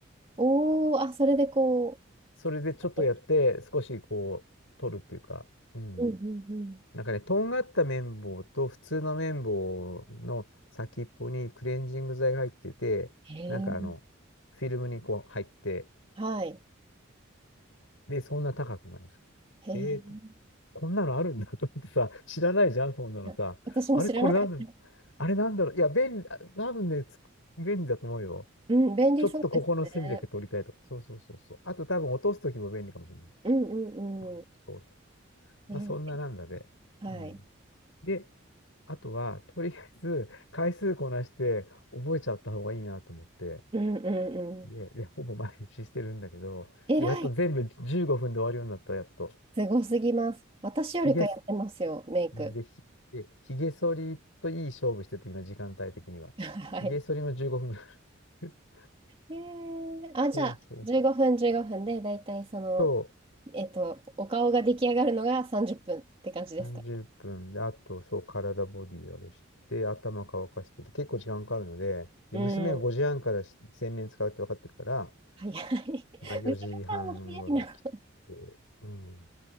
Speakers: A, on the right; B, on the left.
A: おー、あ、それでこ
B: それでちょっとやって、
A: う。
B: 少しこう、取るっていうか、うん。
A: うんうんうん。
B: なんかね、とんがった綿棒と普通の綿棒の先っぽにクレンジング剤が入ってて、
A: へえ。
B: なんかあの、フィルムにこう入って、
A: はい。
B: で、そんな高くない。
A: へえ、
B: えーと、
A: い
B: こんなのあるんだと思ってさ、知らないじゃん、そんなのさ。
A: や、私も知らなかった。
B: あれ、これなんだろう。あれなんだろう。いや、便利、あ多分ね、つ便利だと思うよ。
A: うん、便利そうですね。
B: ちょっとここの隅だけ取りたいとか。そうそうそうそう。あと多分落とすときも便利かもしれない。
A: うんうんう
B: あそうそう。まあ、
A: ん。
B: そんななんだで。
A: えー、
B: うん。
A: はい。
B: であとは、とりあえず、回数こなして覚えちゃった方がいいなと思って、
A: うんうんうん。
B: で、で、ほぼ毎日してるんだけど、
A: えらい。
B: やっと全部15分で終わるようになった、やっと。
A: すごすぎます。私よりかやってますよ、
B: ひげす、
A: メイク。
B: で、ひ、で、ひげ剃りといい勝負してて、今、時間帯的には。
A: <laughs> はい。
B: ひげ剃りも15分ぐらい。<laughs>
A: えー、あ、じゃあ、
B: そうそう。
A: 15分15分で、だいたいその、
B: そ
A: えっと、お顔が出来上がるのが30分っぷんって感じですか。
B: う、30分で、あと、そう、体ボディあれして、頭乾かしてて、結構時間かかるので、で、
A: うん。
B: 娘が5時半から洗面使うって分かってるから、
A: 早い。<laughs>
B: まあ、4時半ごろ来て、
A: 娘さんも早いな。
B: うん。